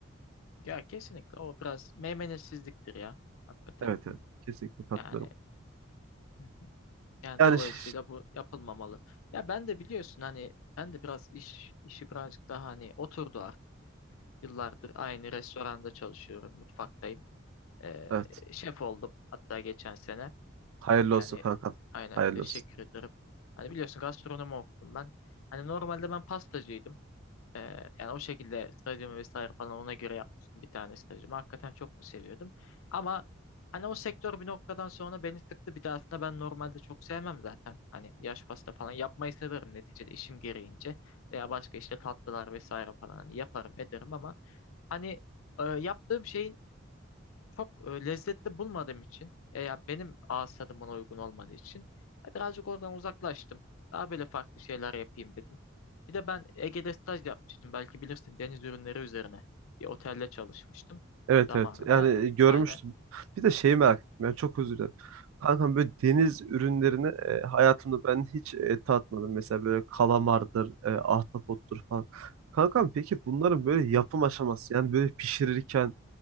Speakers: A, on the left; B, on the right.
A: Ya kesinlikle o biraz meymenetsizliktir ya. Hakikaten.
B: Evet evet kesinlikle katılıyorum.
A: Yani hı hı. yani
B: Yani
A: dolayısıyla
B: ş-
A: bu yapılmamalı. Ya ben de biliyorsun hani ben de biraz iş işi birazcık daha hani oturdu artık. Yıllardır aynı restoranda çalışıyorum, mutfaktayım. Ee,
B: Evet.
A: şef oldum hatta geçen sene.
B: Hayırlı
A: Yani
B: olsun kankam.
A: aynen
B: Hayırlı
A: teşekkür
B: olsun.
A: ederim. Hani biliyorsun gastronomi okudum ben. Hani normalde ben pastacıydım. Ee, yani o şekilde stajımı vesaire falan ona göre yapmıştım bir tane stajımı. Hakikaten çok da seviyordum. Ama hani o sektör bir noktadan sonra beni sıktı. Bir de aslında ben normalde çok sevmem zaten. Hani yaş pasta falan yapmayı severim neticede işim gereğince. Veya başka işte tatlılar vesaire falan hani yaparım ederim ama hani e, yaptığım şeyin çok e, lezzetli bulmadığım için e, ya benim ağız tadıma uygun olmadığı için e, birazcık oradan uzaklaştım. Daha böyle farklı şeyler yapayım dedim. Bir de ben Ege'de staj yapmıştım. Belki bilirsin deniz ürünleri üzerine bir otelde çalışmıştım
B: Evet
A: zamanında.
B: evet. Yani e, görmüştüm.
A: Aynen.
B: Bir de şeyi merak ettim. Yani çok özür dilerim. Kankam böyle deniz ürünlerini e, hayatımda ben hiç e, tatmadım. Mesela böyle kalamardır, e, ahtapottur falan. Kankam peki bunların böyle yapım aşaması yani böyle pişirirken